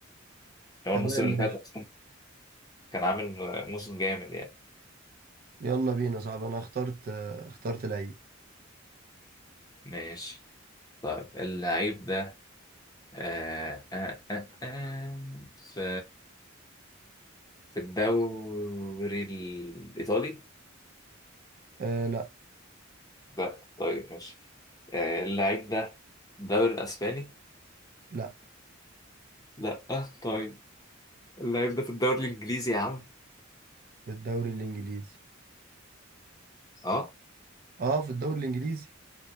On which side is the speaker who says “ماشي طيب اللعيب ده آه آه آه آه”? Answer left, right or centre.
Left